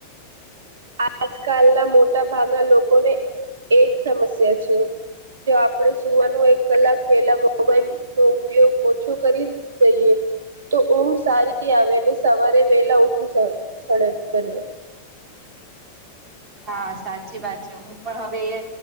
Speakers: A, on the right (about 60°); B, on the right (about 30°).
A: આજકાલના મોટા ભાગના લોકોને એજ સમસ્યા છે. જો આપણે સુવાનું એક કલાક પેલા મોબાઈલ નો ઉપયોગ ઓછો કરી દઈએ તો ઊંઘ સારી આવેને સવારે વેલા ઉઠી સરડ બને
B: હા સાચી વાત છે હું પણ હવે એ